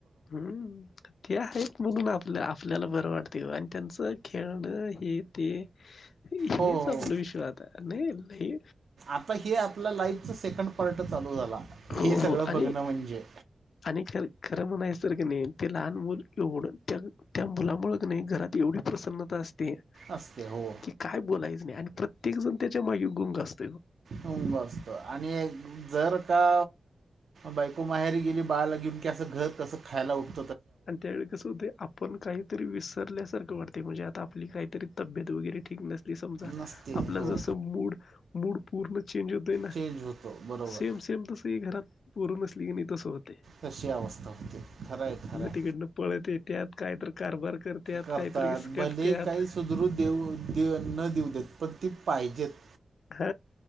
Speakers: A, on the left (about 80°); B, on the right (about 75°).
A: <unintelligible> म्हणून आपल्या आपल्याला बर वाटते आणि त्यांचं खेळणं हे ते हेच
B: हो हो
A: आपलं विश्व आता. नाही-नाही.
B: आता हे आपल्या लाईफच सेकंड पार्ट <unintelligible>
A: हो
B: सगळं
A: हो आणि
B: बघणं म्हणजे
A: आणि ख <unintelligible> खरं म्हणायच तर की नाही ते लहान मुल एवढं त्या-त्या मुलामुं क नाही घरात एवढी प्रसन्नता असते ते
B: असते हो
A: की काय बोलायचं नाही आण प्रत्येक जण त्याच्या मागे गुंग असत
B: गुंग <unintelligible> असत आणि जर का बायको माहेरी गेली बाळाला घेऊन की असं घर कसं खायला उत
A: आणि त्यावेळी कसं होत आपण काहीतरी विसरल्यासारखं को वाटतय म्हणजे आता आपली काहीतरी तब्येत वगैरे ठीक नस ली समजा
B: नसते
A: आपलं
B: हो
A: जस मूड मूड पूर्ण चेंज होतंय ना
B: चेंज होतो बरोबर
A: सेम सेम तस ही घरात पोर नस नेहमी तस होत
B: तशी अवस्था होती खरंय खरंय
A: तिकडन पळत येत्यात काहीतरं कारभार करत्यात
B: करतात
A: काहीतरी इस्कटत्यात
B: भले काही सुधरू देऊ दे न देऊ देत पण ती पाहिजेत.
A: ह